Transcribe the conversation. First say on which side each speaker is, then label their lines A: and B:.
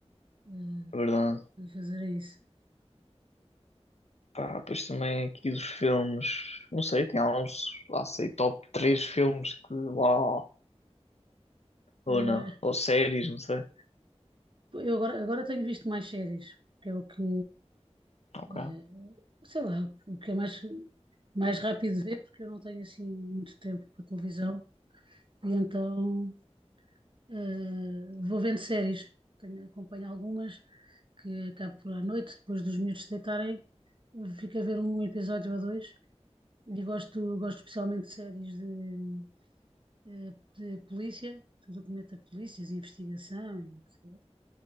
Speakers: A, on the right; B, on the left.
A: eh,
B: É verdade.
A: fazer isso.
B: Pá, pois também aqui dos filmes. Não sei, tem alguns, lá sei, top 3 filmes que. Uau!
A: Eh,
B: Ou não. Ou séries, não sei.
A: eu agora, agora tenho visto mais séries, que é o que,
B: Ok,
A: eh, sei lá, o que é mais, mais rápido de ver, porque eu não tenho assim muito tempo para televisão. E então eh, vou vendo séries. Tenho, acompanho algumas que acabo por à noite, depois dos miúdos se deitarem, fico a ver um episódio ou dois. E gosto, gosto especialmente de séries de eh, de polícia, de documento da polícia, de polícias, investigação e não sei.